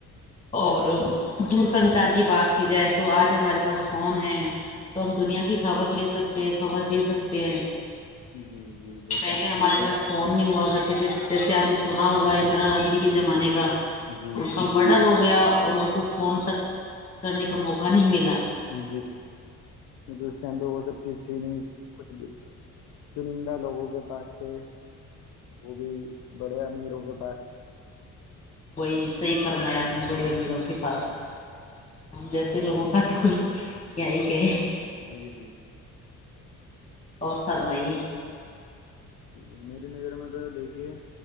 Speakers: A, on the left; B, on the left.
A: اور دور سنچار کی بات کی جائے تو آج ہمارے پاس کون ہے تو ہم دنیا کی خبر لے سکتے ہیں خبر دے سکتے ہیں
B: جی جی جی جیسے
A: پہلے
B: آپ
A: ہمارے پاس فون نہیں ہوا کرتے تھے جیسے آپ نے سو ہوگا اندرا گاندھی کے جمانے کا
B: جی
A: ان کا مرڈر ہو گیا اور ان کو کو فون تک کرنے کا موقع نہیں ملا
B: جی کیونکہ اس ٹائم پہ وہ سب چیز تھی نہیں کچھ بھی چنندہ لوگوں کے پاستے وہ بھی بڑے امیروں کے پاس
A: وہی صحیح فرمایا آپ نے بڑے امیروں کے پاس ہم جیسے لوگوں ک تو کو کیا ہی کیا ہے
B: جی جی
A: اور سر مئی
B: جی میری نظر میں تو دیکھیے